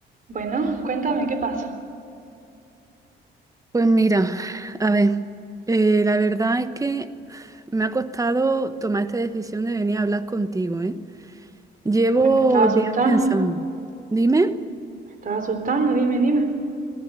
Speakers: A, on the right; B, on the right.
A: Bueno, cuéntame qué pasa.
B: Pues mira, a ver, eh, la verdad es que me ha costado tomar esta decisión de venir a hablar contigo, ¿eh? Llevo
A: Uy, me estaba asustando,
B: días pensando. Dime,
A: me estaba asustando, dime, dime.